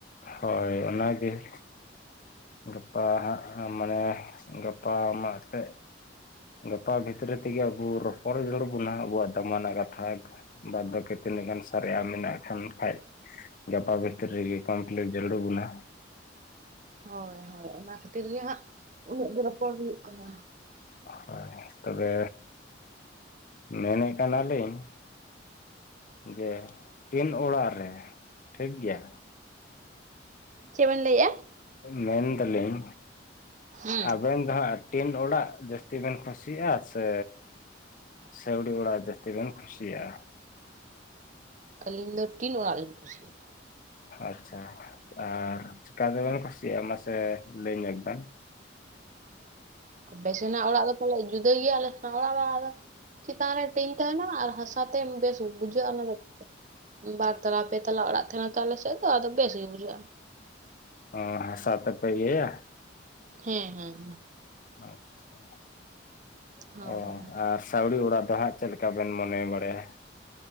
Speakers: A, on the left (about 45°); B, on the right (about 40°).
A: ᱦᱳᱭ ᱚᱱᱟᱜᱮ ᱾ ᱜᱟᱯᱟ ᱦᱟᱸᱜ ᱢᱟᱱᱮ ᱜᱟᱯᱟ ᱢᱟ ᱛᱮᱫ ᱜᱟᱯᱟ ᱵᱷᱤᱛᱨᱤ ᱛᱮᱜᱮ ᱟᱵᱚ ᱨᱚᱯᱚᱲ ᱦᱩᱭ ᱡᱚᱲᱩᱲ ᱵᱚᱱᱟ ᱟᱵᱚᱣᱟᱜ ᱫᱟᱢᱟᱱᱟ ᱠᱟᱛᱷᱟ ᱾ ᱵᱟᱫ-ᱵᱟᱠᱤ ᱛᱤᱱᱟᱹᱜ ᱜᱟᱱ ᱥᱟᱨᱮᱡ ᱟᱜ ᱢᱮᱱᱟᱜ ᱠᱷᱟᱱ ᱠᱷᱟᱡ ᱜᱟᱯᱟ ᱵᱷᱤᱛᱨᱤ ᱨᱮᱜ ᱠᱚᱢᱯᱞᱤᱴ ᱡᱟᱹᱲᱩᱲ ᱟᱵᱩᱱᱟ᱾
B: ᱦᱳᱭ ᱦᱳᱭ ᱚᱱᱟ ᱠᱷᱟᱹᱛᱤᱨ ᱜᱮ ᱦᱟᱸᱜ ᱩᱱᱟᱹᱜ ᱫᱚ ᱨᱚᱯᱚᱲ ᱦᱩᱭᱩᱜ ᱠᱟᱱᱟ᱾
A: ᱦᱳᱭ ᱛᱚᱵᱮ ᱢᱮᱱᱮᱫ ᱠᱟᱱᱟᱞᱤᱧ ᱡᱮ ᱴᱤᱱ ᱚᱲᱟᱜ ᱨᱮ ᱴᱷᱤᱠ ᱜᱮᱭᱟ
B: ᱪᱮᱜᱵᱮᱱ ᱞᱟᱹᱭᱮᱜ-ᱟ?
A: ᱢᱮᱱ ᱫᱟᱹᱞᱤᱧ
B: ᱦᱩᱸ
A: ᱟᱵᱮᱱ ᱫᱚ ᱦᱟᱸᱜ ᱴᱤᱱ ᱚᱲᱟᱜ ᱡᱟᱹᱥ ᱡᱟᱹᱥᱛᱤ ᱵᱮᱱ ᱠᱩᱥᱤᱭᱟᱜ-ᱟ ᱥᱮ ᱥᱟᱹᱣᱲᱤ ᱚᱲᱟᱜ ᱡᱟᱹᱥᱛᱤ ᱵᱮᱱ ᱠᱩᱥᱤᱭᱟᱜ-ᱟ?
B: ᱟᱹᱞᱤᱧ ᱫᱚ ᱴᱤᱱ ᱚᱲᱟᱜ ᱞᱤᱧ ᱠᱩᱥᱤᱭᱟᱜ-ᱟ᱾
A: ᱟᱪᱪᱷᱟ ᱟᱨ ᱪᱮᱠᱟᱛᱮᱵᱮᱱ ᱠᱩᱥᱤᱭᱟᱜ-ᱟ ᱢᱟᱥᱮ ᱞᱟᱹᱭ ᱧᱚᱜ ᱵᱮᱱ?
B: ᱟᱵᱮᱥᱮᱱᱟᱜ ᱚᱲᱟᱜ ᱫᱚ ᱯᱟᱞᱮᱜ ᱡᱩᱫᱟᱹ ᱜᱮᱭᱟ ᱟᱞᱮ <unintelligible> ᱮᱸ ᱪᱮᱛᱟᱱ ᱨᱮ ᱴᱤᱱ ᱛᱟᱦᱮᱸᱱᱟ ᱟᱨ ᱦᱟᱥᱟᱛᱮ ᱵᱮᱥ ᱵᱩᱡᱷᱟᱹᱜ-ᱟ ᱚᱱᱟ ᱫᱚ᱾ ᱵᱟᱨ ᱛᱟᱞᱟ ᱯᱮ ᱛᱟᱞᱟ ᱚᱲᱟᱜ ᱛᱟᱦᱮᱱᱟ ᱛᱚ ᱟᱞᱮ ᱥᱮᱫ ᱫᱚ ᱟᱫᱚ ᱵᱮᱥ ᱜᱮ ᱵᱩᱡᱷᱟᱹᱜ-ᱟ᱾
A: ᱚ ᱦᱟᱸᱥᱟ ᱛᱮ ᱯᱮ ᱤᱭᱟᱹᱭᱟ?
B: ᱦᱮᱸ ᱦᱮᱸ ᱚᱱᱟ᱾
A: ᱟᱪᱪᱷᱟ
B: ᱦᱳᱭ
A: ᱮᱸ
B: ᱦᱳᱭ
A: ᱟᱨ ᱥᱟᱹᱣᱲᱤ ᱚᱲᱟᱜ ᱫᱚ ᱦᱟᱸᱜ ᱪᱮᱫ ᱞᱮᱠᱟ ᱵᱮᱱ ᱢᱚᱱᱮ ᱵᱟᱲᱟᱭᱟ?